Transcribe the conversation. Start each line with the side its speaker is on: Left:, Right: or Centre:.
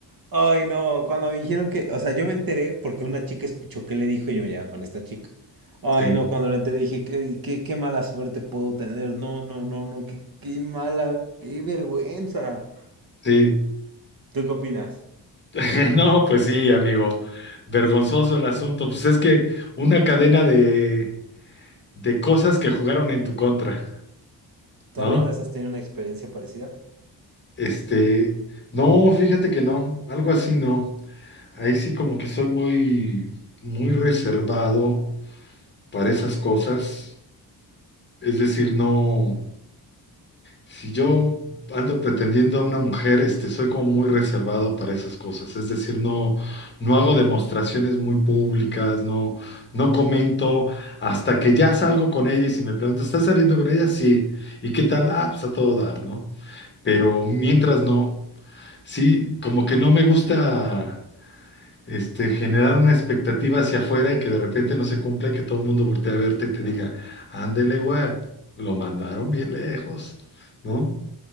Right: Ay, no, cuando me dijeron que, o sea, yo me enteré porque una chica escuchó qué le dijo y yo me llevaba con esta chica. Ay,
Left: Sí,
Right: no, cuando lo enteré dije, qué, qué, qué mala suerte puedo tener. No, no, no, no, qué, qué mala, qué vergüenza.
Left: sí.
Right: ¿Tú qué opinas?
Left: <laughs> No, pues sí, amigo. Vergonzoso el asunto. Pues es que una cadena de, de cosas que jugaron en tu contra,
Right: ¿Tú
Left: ¿no?
Right: alguna vez has tenido una experiencia parecida?
Left: Este, no, fíjate que no, algo así no. Ahí sí como que soy muy, muy reservado para esas cosas. Es decir, no, si yo ando pretendiendo a una mujer, este, soy como muy reservado para esas cosas. Es decir, no, no hago demostraciones muy públicas, no, no comento hasta que ya salgo con ella y si me pregunta, ¿estás saliendo con ella? Sí. ¿Y qué tal? Ah, pues a todo dar, ¿no? Pero mientras no. Sí, como que no me gusta este, generar una expectativa hacia afuera y que de repente no se cumpla y que todo el mundo voltee a verte y te diga, ándele, güey, lo mandaron bien lejos, ¿no?